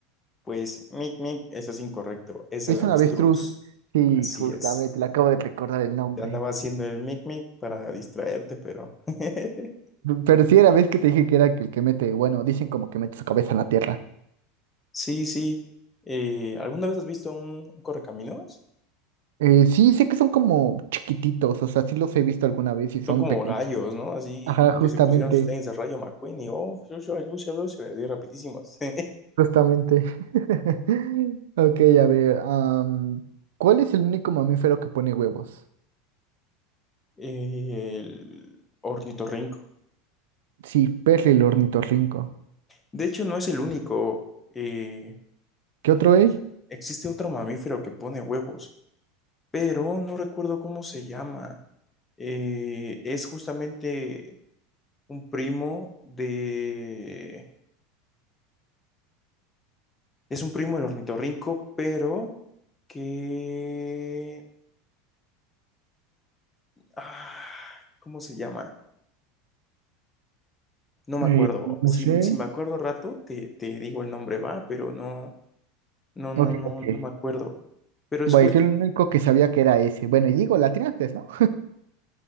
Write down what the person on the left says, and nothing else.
Pues, mic, mic, eso es incorrecto, es
el avestruz.
Así
es.
Te andaba haciendo el mic, mic para distraerte, pero... <laughs>
Sí, sí. Eh, ¿alguna vez has visto un, un correcaminos?
Son como
gallos, ¿no? Así
que se pusieron sus tenis de Rayo McQueen y, oh, yo, yo, yo, yo, yo, así rapidísimos. <laughs>
El ornitorrinco.
De hecho, no es el único. eh,
ex- existe otro mamífero que pone huevos, pero no recuerdo cómo se llama. eh, es justamente un primo de... Es un primo del ornitorrinco, pero que... ah, ¿cómo se llama? No me
acuerdo.
Si,
si me acuerdo rato, te, te digo el nombre, va, pero no, no, no,
no,
no me acuerdo. Pero
es justo...